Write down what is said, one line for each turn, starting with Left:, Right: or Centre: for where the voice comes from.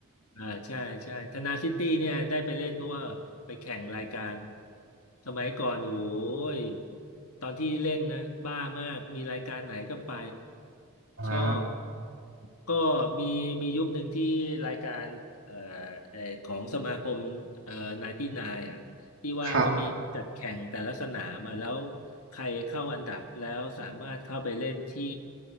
Left: อ่าใช่ใช่ธนาซิตี้เนี่ยได้ไปเล่นเพราะว่าไปแข่งรายการสมัยก่อนโอ้ยตอนที่เล่นนะบ้ามากมีรายการไหนก็ไป
Right: อ่า
Left: ชอบก็มีมียุคหนึ่งที่รายการเอ่อเอ่อของสมาคมเอ่อไนน์ตี้ไนน์อ่ะที่ว่าเขามีจัดแข่งแต่ละสนามอ่ะแล้ว
Right: ครับ
Left: ใครเข้าอันดับแล้วสามารถเข้าไปเล่นที่